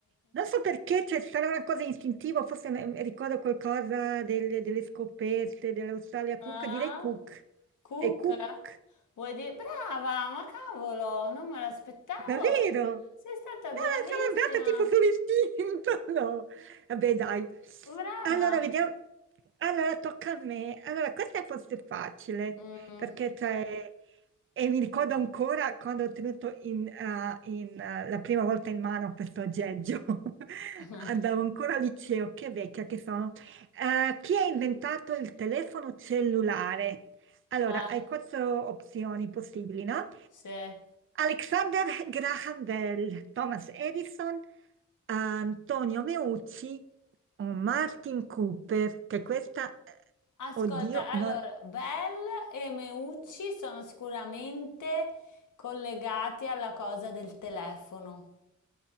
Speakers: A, on the right; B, on the left.
A: non so perché, c'è sarà una cosa istintiva, forse ne- ricordo qualcosa delle, delle scoperte dell'Australia,
B: Ah?
A: comunque direi Cook.
B: Cook?
A: E Cook,
B: Vuoi dire? Brava, ma cavolo, non me l'aspettavo.
A: davvero?
B: Sei stata
A: No,
B: bravissima.
A: sono andata tipo sull'istinto. <laughs> No. Vabbè, dai.
B: Brava.
A: Allora, vediamo. Allora, tocca a me. Allora, questa forse è facile,
B: Mm.
A: perché cioè, e mi ricordo ancora quando ho tenuto in, eh, in, eh, la prima volta in mano questo aggeggio. <laughs>
B: <laughs>
A: Andavo ancora al liceo, che vecchia che sono. Eh, chi ha inventato il telefono cellulare? Allora,
B: Ah,
A: hai quattro opzioni possibili, no?
B: sì.
A: Alexander Graham Bell, Thomas Edison, Antonio Meucci o Martin Cooper, che questa, eh,
B: Ascolta,
A: oddio,
B: allora,
A: non...
B: Bell e Meucci sono sicuramente collegati alla cosa del telefono.